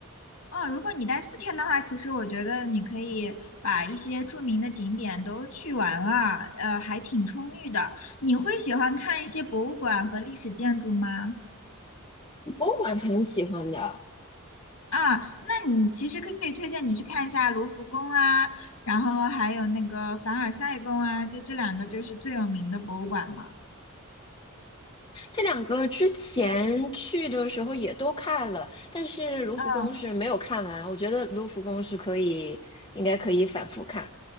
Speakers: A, on the left; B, on the left.
A: 哦，如果你待四天的话，其实我觉得你可以把一些著名的景点都去完了，呃，还挺充裕的。你会喜欢看一些博物馆和历史建筑吗？
B: 博物馆很喜欢的，
A: 啊，那你其实可以推荐你去看一下卢浮宫啊，然后还有那个凡尔赛宫啊，就这两个就是最有名的博物馆嘛。
B: 这两个之前去的时候也都看了，但是卢浮宫是没有看完。
A: 嗯
B: 我觉得卢浮宫是可以，应该可以反复看，